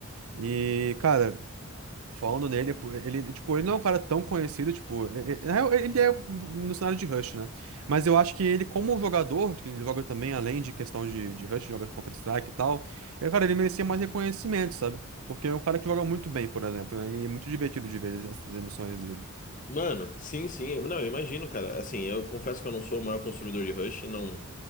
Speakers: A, on the right; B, on the left.
A: E, cara, Falando nele, pô, ele, tipo, ele não é um cara tão conhecido, tipo, e- e- na real, ele é no cenário de Rush, né? Mas eu acho que ele, como jogador, que ele joga também, além de questão de, de Rush, joga Counter-Strike e tal, eu, cara, ele merecia mais reconhecimento, sabe? Porque é um cara que joga muito bem, por exemplo, né? E é muito divertido de ver essas emissões dele.
B: Mano, sim, sim. Eu- Não, eu imagino, cara. Assim, eu confesso que eu não sou o maior consumidor de Rush, não,